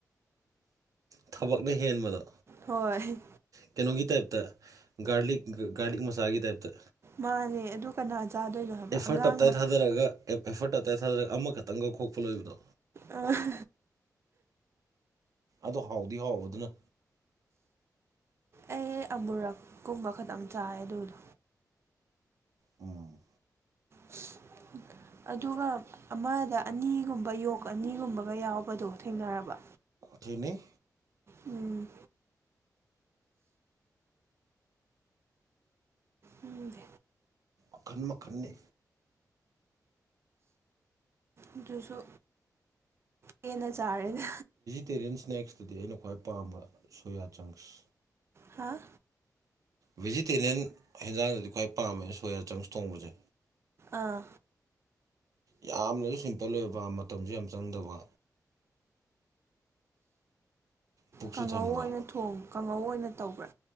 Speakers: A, on the right; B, on the right.
A: ꯊꯕꯛꯅ ꯍꯦꯟꯕꯗ
B: ꯍꯣꯏ
A: ꯀꯩꯅꯣꯒꯤ ꯇꯥꯏꯞꯇ ꯒꯥꯔꯂꯤꯛ ꯒꯥꯔꯂꯤꯛ ꯃꯁꯥꯒꯤ ꯇꯥꯏꯞꯇ
B: ꯃꯥꯅꯦ ꯑꯗꯨ ꯀꯅꯥ ꯆꯥꯗꯣꯏꯅꯣ ꯍꯥꯏꯕ
A: ꯑꯦꯐꯔꯠ
B: ꯑꯉꯥꯡ
A: ꯇꯞꯇꯥꯏ
B: ꯃꯆꯥ
A: ꯊꯥꯗꯔꯒ ꯑꯦ ꯑꯦꯐꯔꯠ ꯇꯞꯇꯥꯏ ꯊꯥꯗꯔ ꯑꯃꯈꯛꯇꯪꯒ ꯈꯣꯛꯄ ꯂꯣꯏꯕꯗꯣ
B: ꯑ ꯍꯥ ꯍꯥ
A: ꯑꯗꯣ ꯍꯥꯎꯗꯤ ꯍꯥꯎꯕꯗꯨꯅ
B: ꯑꯩ ꯑꯃꯨꯔꯛꯀꯨꯝꯕ ꯈꯇꯪ ꯆꯥꯏ ꯑꯗꯨꯗꯣ
A: ꯎꯝ
B: ꯎꯝ ꯑꯗꯨꯒ ꯑꯃꯗ ꯑꯅꯤꯒꯨꯝꯕ ꯌꯣꯛ ꯑꯅꯤꯒꯨꯝꯕꯒ ꯌꯥꯎꯕꯗꯣ ꯊꯦꯡꯅꯔꯕ
A: ꯊꯦꯡꯅꯩ
B: ꯎꯝ ꯎꯝ ꯗꯦ
A: ꯃꯈꯟ ꯃꯈꯟꯅꯦ
B: ꯑꯗꯨꯁꯨ ꯍꯦꯟꯅ ꯆꯥꯔꯦꯅꯦ
A: ꯇꯦꯔꯤꯌꯟ ꯁ꯭ꯅꯦꯛꯁꯇꯗꯤ ꯑꯩꯅ꯭ꯈꯋꯥꯏ ꯄꯥꯝꯕ ꯁꯣꯌꯥ ꯆꯪꯁ
B: ꯍꯥꯥ
A: ꯚꯤꯖꯤꯇꯦꯔꯤꯌꯟ ꯍꯦꯟꯖꯥꯡꯗꯗꯤ ꯈ꯭ꯋꯥꯏ ꯄꯥꯝꯃ ꯁꯣꯌꯥ ꯆꯪꯁ ꯊꯣꯡꯕꯁꯦ
B: ꯑꯥ
A: ꯌꯥꯝꯅꯁꯨ ꯁꯤꯝꯄꯜ ꯑꯣꯏꯕ ꯃꯇꯝꯁꯨ ꯌꯥꯝ ꯆꯪꯗꯕ ꯄꯨꯛꯁꯨ
B: ꯀꯥꯡꯉꯧ
A: ꯊꯟꯕ
B: ꯑꯣꯏꯅ ꯊꯣꯡ ꯀꯥꯡꯉꯧ ꯑꯣꯏꯅ ꯇꯧꯕ꯭ꯔꯥ